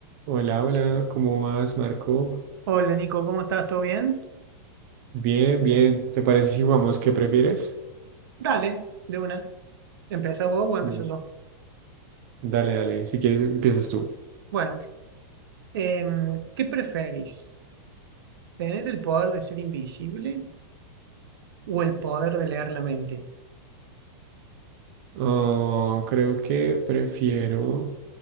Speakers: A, on the right; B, on the right.
A: Hola, hola, ¿cómo vas, Marco?
B: Hola Nico, ¿cómo estás? ¿Todo bien?
A: Bien, bien. ¿Te parece si jugamos qué prefieres?
B: Dale, de una. ¿Empezás vos o empiezo
A: Mm,
B: yo?
A: Dale, dale, si quieres empiezas tú.
B: Bueno, em, ¿qué preferís? ¿Tener el poder de ser invisible o el poder de leer la mente?
A: Oh, creo que prefiero